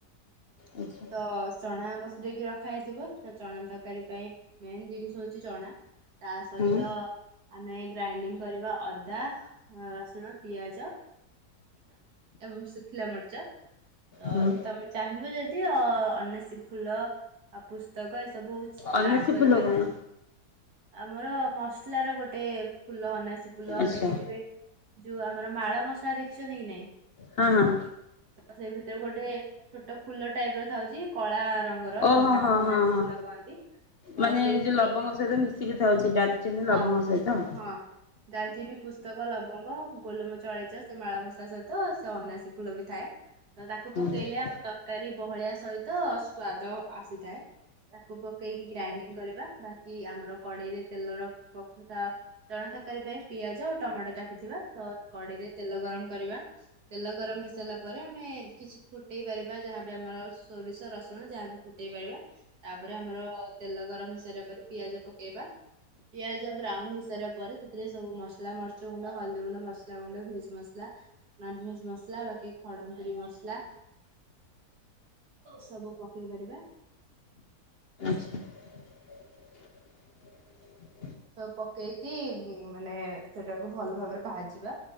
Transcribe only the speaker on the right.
ତ ଚଣା ବ ରେଇକି ରଖା ହେଇଥିବ ତ ଚଣା ତରକାରୀ ପାଇଁ ମେନ୍ ଜିନିଷ ହଉଛି ଚଣା। ତା ସହିତ
ଆମେ ଗ୍ରାଇଣ୍ଡିଙ୍ଗ କରିବା ଅଦା। ରସୁଣ ପିଆଜ ଏବଂ ଶୁଖିଲା ମରିଚ। ଅ
ତମେ ଚାହିଁବ ଯଦି ଅ ଅନାସୀ ଫୁଲ ଆଉ ପୁସ୍ତକ ଏ ସବୁ
ଆଡ କରିପାରିବୁ।
ଆମର ମସଲା ର ଗୋଟେ ଫୁଲ ଅନାସୀ ଫୁଲ
ଦେଖିଥିବେ? ଯୋଉ ଆମର ମାଳ ମଶା ଦେଖିଛନ୍ତି କି ନାଇଁ?
ତ ସେ ଭିତରେ ଗୋଟେ ଛୋଟ ଫୁଲ ଟାଇପ ର ଥାଉଛି କଳା ରଙ୍ଗ ର
ତ
ତାକୁ
ଅନାତି
ଫୁଲ କହନ୍ତି। ତ
ସେଇଥିରେ
ହଁ
ହଁ ଡାଲଚିନି ପୁସ୍ତକ ଲବଙ୍ଗ ଗୋଲମରିଚ ଅଳେଇଚ ସେ ମାଳ ମସଲା ସହିତ ସେ ଅନାସୀ ଫୁଲ ବି ଥାଏ। ତ ତାକୁ
ପକେଇଲେ ଆମ ତରକାରୀ ବହଳିଆ ସହିତ ସ୍ଵାଦ ଆସିଥାଏ ତାକୁ ପକେଇକି ଗ୍ରାଇଣ୍ଡିଙ୍ଗ କରିବା ବାକ୍‌ କି ଆମର କଡେଇରେ ତେଲର ପଖଥା ଚଣା ତରକାରୀ ପାଇଁ ପିଆଜ ଆଉ ଟମାଟୋ କାଟିଥିବା ତ କଡେଇରେ ତେଲ ଗରମ କରିବା। ତେଲ ଗରମ ହେଇ ସାରିଲା ପରେ ଆମେ କିଛି ଫୁଟେଇ ପାରିବା ଯାହାବି ଆମର ସୋରିଷ ରସୁଣ ଯାହାବି ଫୁ ଦେଇ ପାରିବା ତାପରେ ଆମର ତେଲ ଗରମ ହେଇସାରିବା ପରେ ପିଆଜ ପକେଇବା। ପିଆଜ ବ୍ରାଉନ ହେଇସାରିବା ପରେ ସେଥିରେ ସବୁ ମସଲା ମର୍ଚ୍ଚ ଗୁଣ୍ଡ, ହଳଦୀ ଗୁଣ୍ଡ, ମସଲା ଗୁଣ୍ଡ, ଭେଜ୍‌ ମସଲା ନନ୍‌ ଭେଜ୍‌ ମସଲା ବାକି ଖଡ଼ମ ପୁରୀ ମସଲା ସବୁ ପକେଇ ପାରିବା।
ସବୁ ପକେଇକି ଉମ ମାନେ ସେଟାକୁ ଭଲ ଭାବରେ ଭାଜିବା।